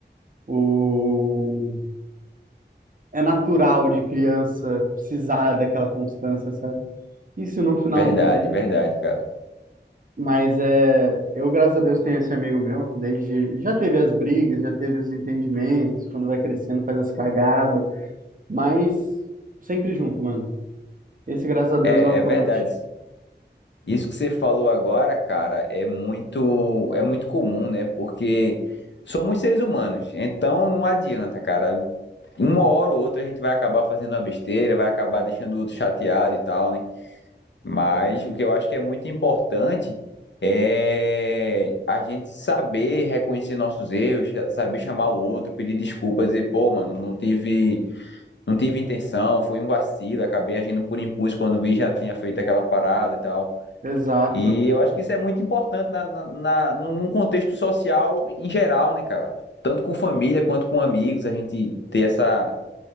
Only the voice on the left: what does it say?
Verdade,
verdade, cara.
É,
é
verdade.
Isso que você falou agora, cara, é muito, é muito comum, né? Porque somos seres humanos, então não adianta, cara. Uma hora ou outra a gente vai acabar fazendo uma besteira, vai acabar deixando o outro chateado e tal, né? Mas o que eu acho que é muito importante é a gente saber reconhecer nossos erros, saber chamar o outro, pedir desculpas, dizer, pô, mano, não tive Não tive intenção, foi um vacilo, acabei agindo por impulso quando vi já tinha feito aquela parada e tal.
E eu acho que isso é muito importante na, na, na, num num contexto social em geral, né, cara? Tanto com família quanto com amigos, a gente ter essa,